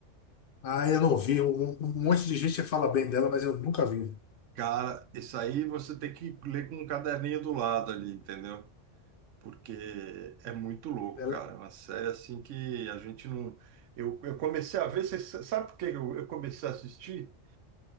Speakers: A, on the left; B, on the right.
A: Ah, eu não vi. Um, um um monte de gente fala bem dela, mas eu nunca vi.
B: Cara, isso aí você tem que ler com um caderninho do lado ali, entendeu? Porque é muito louco,
A: Ela,
B: cara. É uma série assim que a gente não. Eu, eu comecei a ver, você sa- sabe por que eu, eu comecei a assistir?